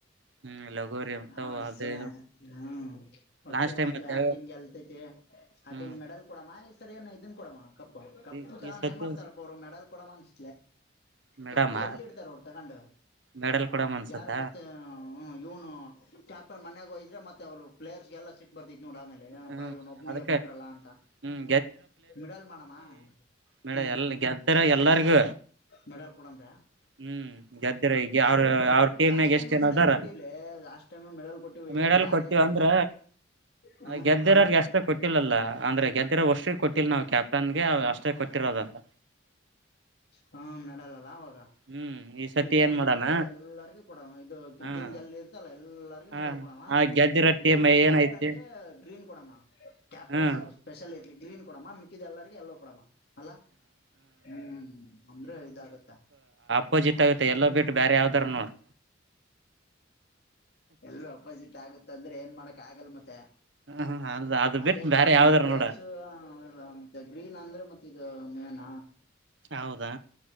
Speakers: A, on the right; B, on the left.
A: ಹ್ಮ್ ಲಗೋರಿ ಅಂತವು
B: ಆಡ್ಸ
A: ಅದು
B: ಹ್ಮ್ ಒಟ್ಟು
A: ಲಾಸ್ಟ್
B: ಯಾಕೆ
A: ಟೈಮ್ ಮತ್ತೆ
B: ಯವ ಟೀಮ್ ಗೆಲಥೈತಿ ಆಟಿ
A: ಹ್ಮ್
B: ಮೆಡಲ್ ಕೊಡಮ್ಮ ಈ ಸರಿ ಏ ಇದನ್ ಕೊಡಮ್ಮ ಕಪ್ಪ ಕಪ್ಪ
A: ಈ
B: ತ
A: ಈ ಸತಿ
B: ಏನ್ ಮಾಡ್ತಾರಪ್ಪ ಅವರು ಮೆಡಲ್ ಕೊಡ ಅನ್ಸ
A: ಮೇಡಮ
B: ಕಪ್ಪು ಎಲ್ಲಿ ಇಡ್ತಾರೆ ಅವರು ತಗೊಂಡು
A: ಮೆಡಲ್ ಕೊಡಮ್ ಅನ್ಸತ್ತ
B: ಯಾರು ಮತ್ತೆ ಹ್ಮ್ ಇವ್ನು ಕ್ಯಾಪ್ಟನ್ ಮನೆಗೋಯದ್ರೆ ಮತ್ತೆ ಅವ್ರು ಪ್ಲೇಯರ್ಸ್ಗೆಲ್ಲ ಸಿ ಬರ್ತತ್ ನೋಡ ಆಮೇಲೆ
A: ಹ್ಮ್
B: ಪ ಇವ್ನ ಒಬ್ನಿಗೆ
A: ಅದಕ್ಕೆ
B: ಕೊಟ್ರಲ್ಲ ಅಂತ
A: ಹ್ಮ್
B: ಮಿಡಲ್ ಮಾಡಮ್ಮ
A: ಮೇಡಲ
B: ಹ್ಮ್
A: ಎಲ್ಲ ಗೆದತಾರ ಎಲ್ಲರಿಗೂ
B: ಮೆಡಲ್ ಕೊಡಂತ
A: ಹ್ಮ್ ಗದ್ದೆರಗೆ ಅವ ಅವ ಟೀಮ್ನಾಗ
B: ಲಾಸ್ಟ್ ಟೈಮ್
A: ಎಷ್ಟ್ ಏನದಾರ
B: ಮೆಡಲ್ ಕೊಟ್ಟಿವಿಲೆ ಲಾಸ್ಟ್ ಟೈಮ್ ಮೆಡಲ್ ಕೊಟ್ಟಿವಿ
A: ಮೆಡಲ್
B: ಬೇರೆ
A: ಕೊಟ್ಟೀವ
B: ಏನಾರ
A: ಅಂದ್ರ
B: ಮಾ ಹ್ಮ
A: ಗೆದ್ದರೋರ್ಗೆ ಅಷ್ಟೇ ಕೊಟ್ಟಿಲ್ಲ ಅಲ್ಲ ಅಂದ್ರೆ ಗೆದ್ದರ ವರ್ಷ್ರಿಗೆ ಕೊಟ್ಟಿಲ್ಲ ನಾವು ಕ್ಯಾಪ್ಟನ್ಗೆ ಅಷ್ಟೇ ಕೊಟ್ಟ ಿ <unintelligible> ರೋದಲ್ಲ
B: ಹಾ ಮೇಡಲಲ್ಲ ಅವಾಗ
A: ಹ್ಮ್ ಸತಿ
B: ಈ ಟೈಮ್
A: ಏನ್
B: ಮೆಡಲ್
A: ಮಾಡಣ
B: ಎಲ್ಲರಿಗೂ ಕೊಡ ಇದು
A: ಹ
B: ಟೀಮ ಗೆಲ್ಲಿ ಇರ್ತಲ್ಲ ಎಲ್ಲರಿಗೂ
A: ಹಾ
B: ಮೆಡಲ್ ಕೊಡಮ್ಮ
A: ಆ ಗೆದ್ದಿರೋ ಟೀಮ್
B: ಇದು ಕ್ಯಾಪ್ಟನ್ಗೆ
A: ಏನಐತಿ
B: ಗ್ರೀನ್ ಕೊಡಮ್ಮ ಕ್ಯಾಪ್ಟನಿವಲ್ಪ
A: ಹ್ಮ್
B: ಸ್ಪೆಷಲ್ ಇರ್ಲಿ ಗ್ರೀನ್ ಕೊಡಮ ಮಿಿದಿದ್ದ ಎಲ್ಲಾರ್ಗ ಎಲ್ಲೋ ಕೊಡ ಅಲ ಹ್ಮ್ ಅಂದ್ರೆ ಇದಾಗತ್ತಾ
A: ಪೋಜಿ ಆುತ್ತೆ ಎಲ್ಲ ಬಿಟ್ಟು ಬೇರೆ ಯಾವ್ದರು ನೋಡ್
B: ಎಲ್ ಅಪೋಸಿಟ್ ಆಗುತ್ತ ಅಂದ್ರೆ ಏನ್ ಮಾಡಕ್ ಆಗಲ್ ಮತ್ತೆ
A: ಹ ಅ ಅದು
B: ಅದೇ
A: ಬಿಟ್ಟು
B: ಕೊಡ್ಬೇಕು
A: ಬೇರೆ
B: ಮತ್ತೆ
A: ಯಾವ್ದಾರ
B: ಪ್ಲೇರ್ಸ್ಲ್ಲ
A: ನೋಡ
B: ಮತ್ತೆ ಗ್ರೀನ್ ಅಂದ್ರೆ ಮತ್ತೆ ಇದು ಮೇನ್
A: ಹೌದಾ